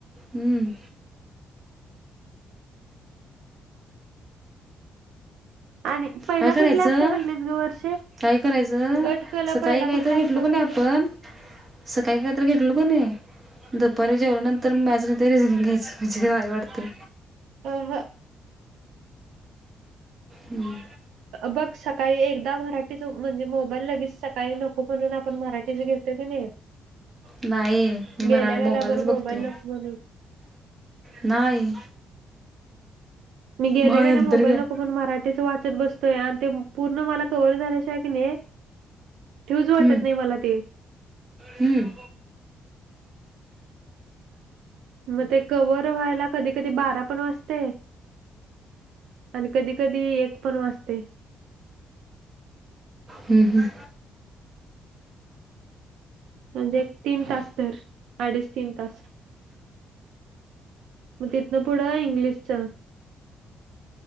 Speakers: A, on the right; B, on the right.
A: हम्म.
B: आणि पहिला
A: काय करायचं,
B: कुठल्या असते म्हटलीस ग वर्षे
A: काय करायचं.
B: गटकला
A: सकाळी
B: पहिला
A: काहीतरी
B: कुठल्या असते
A: घेतलो
B: म्हटली
A: का नाय आपण, सकाळी काहीतरी घेतलो का नाय दुपारी जेवल्यानंतर <unintelligible> चं रिझनिंग घ्यायचं म्हणजे भारी वाटतंय.
B: अंह.
A: हम्म.
B: बघ सकाळी एकदा मराठीचं म्हणजे मोबाईल लगेच सकाळी नको, म्हणून आपण मराठीचं घेतोय की नाही?
A: नाही, मी
B: गेल्या
A: मरा
B: गेल्याबर
A: मोबाईलच बघतोय.
B: मोबाईल नको म्हणून
A: नाही.
B: मी गेल्या
A: मग
B: गेल्या
A: नंतर
B: मोबाईल
A: काय
B: नको, म्हणून मरा ठीचं वाचत बसतोय आणि पूर्ण मला कव्हर झाल्याशिवाय की नाही ठीऊच वाटत
A: हम्म
B: नाही, मला ते.
A: हम्म
B: मग ते कव्हर व्हायला, कधी कधी बारा पण वाजतंय आणि कधी कधी एक पण वाजतंय.
A: हम्म हम्म.
B: म्हणजे एक तीन तास तर, अडीच तीन तास. मग तिथनं पुढं इंग्लिशचं.